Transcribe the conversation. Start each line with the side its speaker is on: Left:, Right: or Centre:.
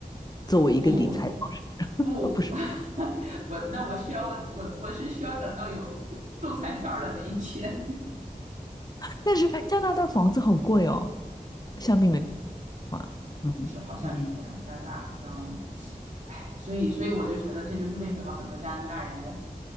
Left: 作为一个理财方式，
Right: 不
Left: <laughs>
Right: 不，
Left: 哦，不是，
Right: <laughs> 我那我需要我我我是需要等到有有中彩票的那一天。
Left: 但是加拿大房子好贵哦，相比美国的话，嗯嗯，
Right: 是，好像是这样。加拿大好像，哎，所以，所以我就觉得这就是为什么很多加拿大人，